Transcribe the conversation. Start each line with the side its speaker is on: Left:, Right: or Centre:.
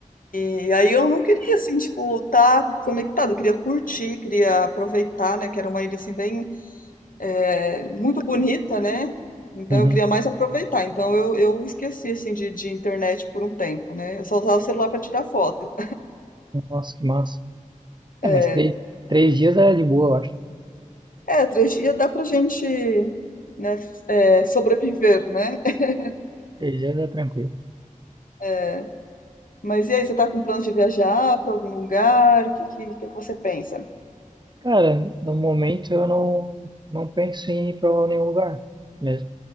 Left: E aí eu não queria, assim, tipo, estar conectada. Eu queria curtir, queria aproveitar, né? Que era uma ilha, assim, bem. é, muito bonita, né? Então
Right: Uhum.
Left: eu queria mais aproveitar. Então eu, eu esqueci, assim, de, de internet por um tempo, né? Eu só usava o celular para tirar foto.
Right: Nossa, que massa.
Left: É,
Right: É, mas três, três dias é de boa, eu acho.
Left: É, três dias dá pra gente, né, é, sobreviver, né? <laughs>
Right: Três dias é tranquilo.
Left: É, mas e aí, você tá com plano de viajar pra algum lugar? O que, que, que que você pensa?
Right: Cara, no momento eu não, não penso em ir para nenhum lugar mesmo.